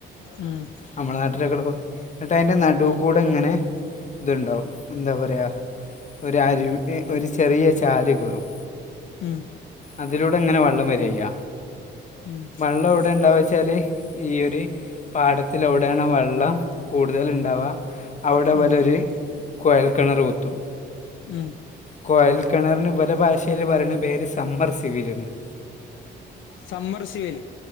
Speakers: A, on the left; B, on the left.
A: ഉം
B: നമ്മളെ നാട്ടിലൊക്കെ ഉള്ളപോ ഇന്നിട്ട് അതിൻ്റെ നടുവ
A: ഉം ഉം
B: കൂടെ ഇങ്ങനെ ഇതുണ്ടാവും എന്താ പറയുക ഒരു അരുവി ഒരു ചെറിയ ചാല് കീറും
A: ഉം
B: അതിലൂടെ ഇങ്ങനെ വെള്ളം വരാ ചെയ്യ
A: ഉം
B: വെള്ളം എവിടെ ഇണ്ടാവച്ചാല് ഈ ഒരു പാടത്തിലൂടെടെയാണ് വെള്ളം കൂടുതൽ ഉണ്ടാവുക ഇതെപോലൊരു
A: ഉം
B: കോഴൽക്കിണർ കുത്തും
A: ഉം
B: കോഴൽക്കിണറിന് ഇവരെ ഭാഷയിയില് പറയുന്ന പേര് സമ്മർശ ഇവരും <inaudible>
A: സമ്മർ സിവിൽ